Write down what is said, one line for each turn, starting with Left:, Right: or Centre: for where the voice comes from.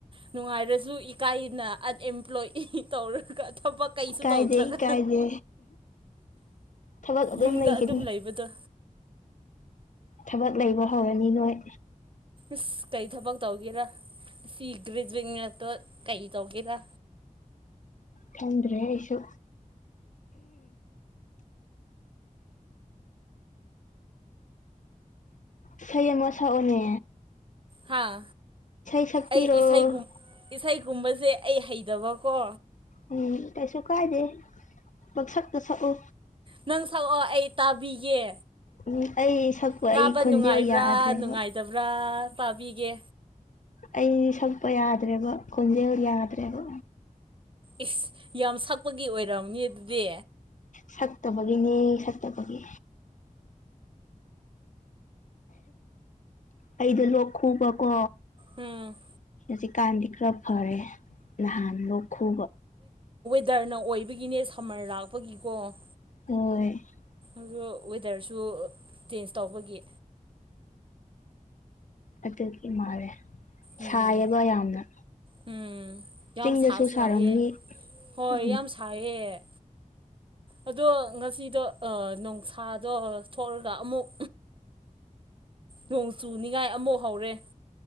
Right: ꯅꯨꯡꯉꯥꯏꯔꯁꯨ ꯀꯥꯏꯅ ꯑꯟꯑꯦꯝꯄ꯭ꯂꯣꯏꯤ ꯇꯧꯔꯒ ꯊꯕꯛ ꯀꯩꯁꯨ
Left: ꯏꯀꯥꯏꯗꯦ
Right: ꯇꯧꯗ꯭ꯔꯒ
Left: ꯏꯀꯥꯏꯗꯦ ꯊꯕꯛ
Right: ꯌꯨꯝꯗ
Left: ꯂꯩꯒꯅꯤ
Right: ꯑꯗꯨꯝ ꯂꯩꯕꯗꯣ
Left: ꯊꯕꯛ ꯂꯩꯕ ꯍꯧꯔꯅꯤ ꯅꯣꯏ
Right: ꯑꯁ ꯀꯩ ꯊꯕꯛ ꯇꯧꯒꯦꯔꯥ ꯑꯁꯤ ꯒ꯭ꯔꯦꯖꯨꯋꯦꯠ ꯉꯛꯇ ꯀꯩ ꯇꯧꯒꯦꯔ
Left: ꯊꯗ꯭ꯔꯦꯁꯨ ꯏꯁꯩ ꯑꯃ ꯁꯛꯑꯣꯅꯦ
Right: ꯍꯥꯥ
Left: ꯁꯛꯄꯤꯔꯣ
Right: ꯑꯩ ꯒꯨꯝꯕꯁꯦ ꯑꯩ ꯍꯩꯇꯕꯀꯣ
Left: ꯎꯝ ꯀꯩꯁꯨ ꯀꯥꯏꯗꯦ ꯄ ꯁꯛꯇ ꯁꯛꯎ
Right: ꯅꯪ ꯁꯛꯛꯑꯣ ꯑꯩ ꯇꯥꯕꯤꯒꯦ
Left: ꯎꯝ ꯑꯩ ꯁꯛꯄ
Right: ꯄꯥꯕ
Left: ꯑꯩ ꯈꯣꯟꯖꯦꯜ
Right: ꯅꯨꯡꯉꯥꯏꯕ꯭ꯔꯥ
Left: ꯌꯥꯗ꯭ꯔꯦꯕ
Right: ꯅꯨꯡꯉꯥꯏꯇꯕ꯭ꯔꯥ ꯄꯥꯕꯤꯒꯦ
Left: ꯑꯩ ꯁꯛꯄ ꯌꯥꯗ꯭ꯔꯦꯕ ꯀꯣꯟꯖꯦꯜ ꯌꯥꯗ꯭ꯔꯦ꫰ꯕ
Right: ꯏꯁ ꯌꯥꯝ ꯁꯛꯄꯒꯤ ꯑꯣꯏꯔꯝꯅꯤ ꯑꯗꯨꯗꯤ
Left: ꯁꯛꯇꯕꯒꯤꯅꯦ ꯁꯛꯇꯕꯒꯤ ꯑꯩꯗꯣ ꯂꯣꯛ ꯈꯨꯨꯕꯀꯣ
Right: ꯎꯝ
Left: ꯍꯧꯖꯤꯛꯀꯥꯟꯗꯤ ꯈꯔ ꯐꯔꯦ ꯂꯍꯥꯟ ꯂ ꯈꯨ
Right: ꯗꯔꯅ ꯑꯣꯏꯕꯒꯤꯅꯦ ꯁꯝꯃꯔ ꯂꯥꯛꯄꯒꯤꯀꯣ
Left: ꯑꯣ
Right: ꯑ ꯋꯦꯗꯔꯁꯨ ꯆꯦꯟꯖ ꯇꯧꯕꯒꯤ
Left: ꯑꯗꯨꯗꯒꯤ ꯃꯥꯔꯦ
Right: ꯎꯝ
Left: ꯁꯥꯏꯑꯕ ꯌꯥꯝꯅ
Right: ꯎꯝ ꯌꯥꯝ
Left: ꯆꯤꯡꯗꯁꯨ
Right: ꯁꯥꯁꯨ
Left: ꯁꯥꯔꯝꯃꯤ
Right: ꯁꯥꯏꯌꯦ ꯍꯣꯏ
Left: ꯎ
Right: ꯌꯥꯝ ꯁꯥꯏꯌꯦ ꯑꯗꯣ ꯉꯁꯤꯗꯣ ꯅꯣꯡꯁꯥꯗꯣ ꯊꯣꯛꯑꯒ ꯑꯃꯨꯛ ꯅꯣꯡ ꯆꯨꯅꯤꯡꯉꯥꯏ ꯑꯃꯨꯛ ꯍꯧꯔꯦ